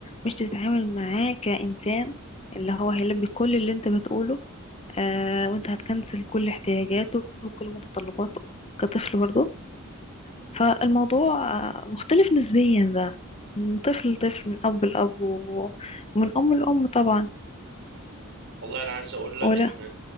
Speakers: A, on the left; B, on the right.
A: مش تتعامل معاه كإنسان اللي هو هيلبي كل اللي انت بتقوله آه وانت هتكنسل كل احتياجاته وكل متطلباته كطفل برضه فالموضوع آه مختلف نسبيا بقى من طفل لطفل من أب لأب و- ومن أم لأم طبعا
B: والله انا عايز اقول لك
A: ولا
B: ان